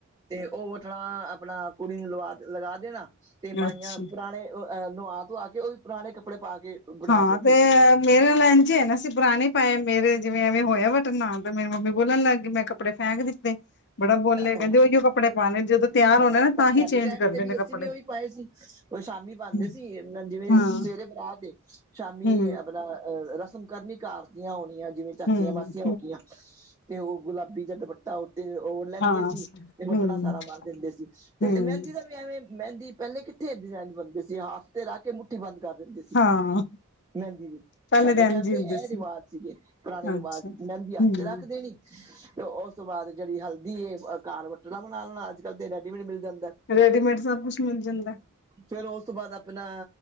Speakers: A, on the right (about 15°); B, on the left (about 55°).
A: ਤੇ ਉਹ ਵਟਲ ਆਪਣਾ ਕੁੜੀ ਨੂੰ ਲਵਾ ਲਗਾ ਦੇਣਾ ਤੇ ਮਾਈਆਂ
B: ਅੱਛਾ।
A: ਪੁਰਾਣੇ ਅਹ ਨੁਹਾ ਧਆ ਕੇ ਉਹ ਵੀ ਪੁਰਾਣੇ ਕੱਪੜੇ ਪਾ ਕੇ ਬਿਠਾ
B: ਹਾਂ
A: ਦਿੰਦੇ
B: ਤੇ
A: ਸੀ
B: ਮੇਰੇ <unintelligible> ਹੈ ਨਾ ਪੁਰਾਣੇ ਪਾਏ ਮੇਰੇ ਜਿਵੇਂ ਐਵੇਂ ਹੋਇਆ ਵਟਨ ਨਾਲ ਤਾਂ ਮੇਰੀ ਮੰਮੀ ਬੋਲਣ ਲੱਗਗੀ ਮੈਂ ਕੱਪੜੇ ਫਕ ਦਿੱਤੇ ਬੜਾ ਬੋਲੇਿਆ ਕਹਿੰਦੇ
A: ਹਾਂ
B: ਉਹੀਓ ਕੱਪੜੇ ਪਾਉਣੇ ਜਦੋਂ ਤਿਆਰ
A: ਹਾਂ
B: ਹੋਣੇ ਨਾ ਤਾਂ
A: ਸਾਡੇ
B: ਹੀ ਚੇਂਜ
A: ਟਾਈਮ
B: ਕਰਨੇ
A: ਤੇ ਵੀ
B: ਨੇ
A: ਅਸੀਂ
B: ਕੱਪੜੇ
A: ਵੀ ਉਹੀ ਪਾਏ ਸੀ ਉਹ ਸ਼ਾਮੀ ਪਾਉਂਦੇ
B: ਹਾਂ
A: ਸੀ ਜਿਵੇਂ
B: ਹੂੰ
A: ਸਵੇਰੇ ਬਰਾ ਤੇ ਸ਼ਾਮੀ
B: ਹੂੰ
A: ਆਪਣਾ ਅਹ ਰਸਮ ਕਰਨੀ <unintelligible> ਆਣੀਆਂ ਜਿਵੇਂ ਚਾਚੀਆਂ
B: ਹੂੰ
A: ਮਾਸੀਆਂ ਹੋ ਗਆਂ ਤੇ ਉਹ ਗੁਲਾਬੀ ਜਾਂ ਦੁਪੱਟਾ ਉੱਤੇ ਉਹ ਲੈਂਦੀਆਂ
B: ਹਾਂ
A: ਸੀ ਤੇ ਬਟਣਾ
B: ਹੂੰ
A: ਸਾਰਾ ਬਰ ਤੇ
B: ਹੂੰ
A: ਮਹਿੰਦੀ ਦਾ ਵੀ ਐਵੇਂ ਮਹਿੰ ਪਹਿਲੇ ਕਿੱਥੇ ਡਿਜ਼ਾਇਨ ਬਣਦੇ ਸੀ ਹਾਥ ਤੇ ਰ ਕੇ ਮੁੱਠੀ ਬੰਦ ਕਰ ਦਿੰਦੇ ਸੀ
B: ਹਾਂ
A: ਮਹਿੰਦੀ ਵੀ
B: ਪਹਿਲੇ
A: ਸਾਡੇ
B: ਤਾਂ
A: ਟਾਈਮ
B: ਇੰਝ
A: ਤੇ
B: ਹੀ ਹੁੰਦੇ
A: ਇਹ
B: ਸੀ
A: ਰਿਵਾਜ ਸੀਗੇ ਪੁਰਾਣੇ ਰਿਵਾਜ਼
B: ਅੱਛਾ ਹੂੰ
A: ਮੈਂਦੀ ਹੱਥ ਤੇ ਰੱਖ ਦੇਣੀ ਤੇ ਉਸ ਤੋਂ ਬਾਅਦ ਜਿਹੜੀ ਹਲਦੀ ਕਾਰ ਬੱਟਣਾ ਬਣਾ ਲੈਣਾ ਅੱਜ ਕਲ੍ਹ ਤੇ ਰੈਡੀਮੇਡ ਮਿਲ ਜਾਂਦਾ
B: ਰੇਡੀਮੇਡ ਸਭ ਕੁੱਛ ਮਿਲ ਜਾਂਦਾ
A: ਫਿਰ ਉਸ ਤੋਂ ਬਾਅਦ ਆਪਣਾ